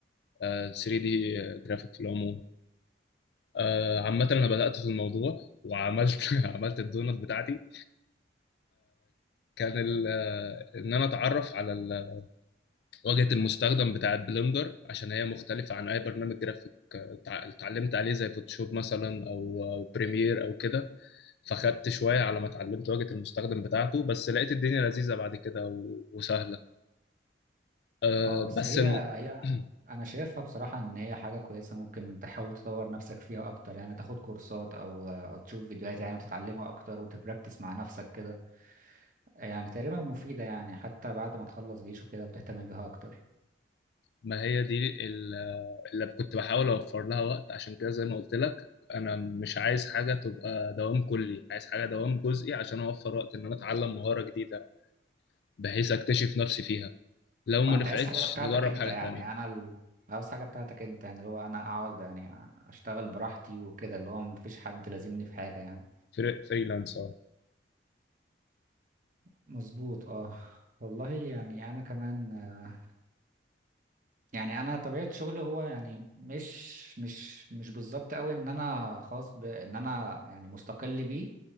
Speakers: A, on the left; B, on the right.
A: آه، 3 دي جرافيك في العموم آه، عامة أنا بدأت في الموضوع وعملت <laughs> عملت الدونت بتاعتي كان ال- آه، ان انا اتعرف على ال- واجهه المستخدم بتاعه بلندر عشان هي مختلفه عن اي برنامج جرافيك آه، تع- اتعلمت عليه زي فوتوشوب مثلا او أو بريمير او كده فخدت شويه على ما اتعلمت واجهه المستخدم بتاعته بس لقيت الدنيا لذيذه بعد كده و- وسهله آه،
B: أه بس
A: بس
B: هي
A: الم-
B: هي
A: <clears throat>
B: أنا شايفها بصراحة إن هي حاجة كويسة ممكن تحاول تطور نفسك فيها أكتر يعني تاخد كورسات أو آه، أو تشوف فيديوهات يعني وتتعلمها أكتر وتبراكتس مع نفسك كده يعني تقريبا مفيدة يعني حتى بعد ما تخلص جيش وكده وتهتم بيها أكتر
A: ما هي دي ال- آه، اللي كنت بحاول اوفر لها وقت عشان كده زي ما قلت لك انا مش عايز حاجه تبقى دوام كلي عايز حاجه دوام جزئي عشان اوفر وقت ان انا اتعلم مهاره جديده بحيث اكتشف نفسي فيها لو ما
B: وانت
A: نفعتش
B: عايز حاجه بتاعتك
A: نجرب
B: انت
A: حاجة
B: يعني
A: تانية
B: انا ال... عاوز حاجه بتاعتك انت يعني اللي هو انا اقعد يعني اشتغل براحتي وكده اللي هو مفيش حد لازمني في حاجه يعني
A: فري- فريلانس اه
B: مظبوط اه والله يعني انا كمان آه، يعني انا طبيعه شغلي هو يعني مش مش مش بالظبط قوي ان انا خاص بان انا يعني مستقل بيه